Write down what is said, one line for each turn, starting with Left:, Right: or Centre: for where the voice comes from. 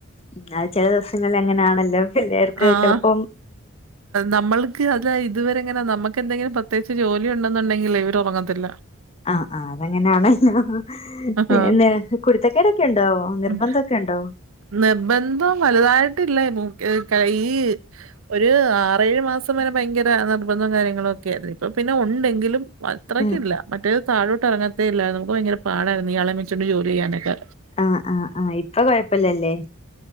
Left: ഉം അത് ചെല ദെവസങ്ങളിൽ അങ്ങനെയാണല്ലോ. പിള്ളേർക്ക്
Right: ആഹ്
Left: ചെലപ്പം
Right: നമ്മൾക്ക് അത് ഇതുവരെ എങ്ങനെ നമ്മൾക്ക് അതാ ഇതുവരെ ഇങ്ങനെ നമ്മുക്കെന്ത ങ്കിലു പ്രത്യേകിച്ച് ജോലി ഉണ്ടെന്നുണ്ടെങ്കിലെ ഇവർ ഒറങ്ങത്തില്ല.
Left: അഹ് ആഹ് അതങ്ങനെയാണ <unintelligible> ല്ലോ
Right: ആഹ്
Left: പിന്നെ കുരുത്തെകെടോക്കെ ഉണ്ടോ നിർബന്ധം
Right: ഉം
Left: ഒക്കെ ഉണ്ടോ
Right: നിർബന്ധം വലുതായിട്ടില്ല <unintelligible> കയ്യ് ഒരു ആറേഴ് മാസം വരെ ഭയങ്കര നിർബന്ധം കാര്യങ്ങളും ഒക്കെ ആയിരുന്നു. ഇപ്പപിന്നെ ഉണ്ടെങ്കിലും അത്രക്കില്ല
Left: ഉം
Right: മറ്റെത് താഴോട്ട് എറങ്ങത്തേ ഇല്ലായിര്ന്നു. നമുക്ക് ഭയങ്കരം പാടായ്രുന്നു ഇയാളെ വിച്ചുണ്ട് ജോലി ചെയ്യാനൊക്കെ
Left: അഹ് ആഹ് ആഹ് ഇപ്പ കൊഴപ്പല്ലല്ലേ